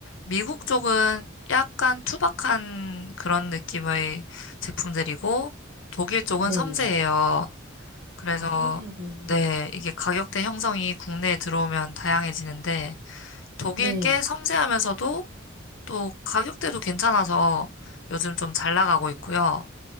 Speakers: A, on the left; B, on the right.
A: 미국 쪽은 약간 투박한 그런 느낌의 제품들이고, 독일 쪽은
B: 네.
A: 섬세해요. 그래서,
B: 아, 섬세하구나.
A: 네, 이게 가격대 형성이 국내에 들어오면 다양해지는데, 독일
B: 네.
A: 게 섬세하면서도 또 가격대도 괜찮아서 요즘 좀 잘 나가고 있고요.